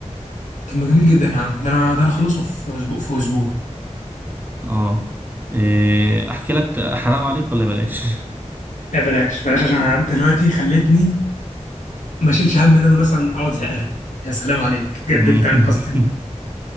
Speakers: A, on the left; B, on the right.
A: طب ما جميل جدا يا عم ده انا ده انا اخلصه في اسبوع في اسبوع
B: اه إيه، أحكي لك حرام عليك ولا بلاش
A: لا بلاش بلاش عشان انت دلوقتي خلتني ما اشيلش هم ان انا مثلا اقعد زهقان يا سلام عليك بجد
B: <laughs>
A: انت انقذتني